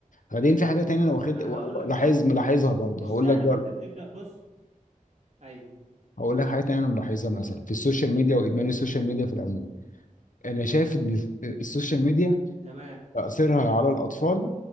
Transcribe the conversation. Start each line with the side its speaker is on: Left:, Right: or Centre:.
Left: بعدين في حاجه تانية انا واخد
Right: ما انا
Left: و- و-
Right: هقول لك
Left: لاحظ
Right: اهو
Left: ملاحظها برضه
Right: مش
Left: هقول
Right: سهل
Left: لك برضه
Right: ما انت بتبدا بص ايوه
Left: هقول لك حاجه تانية انا ملاحظها مثلا في السوشيال ميديا وادمان السوشيال ميديا في العموم انا شايف ان السوشيال ميديا
Right: تمام
Left: تأثيرها على الأطفال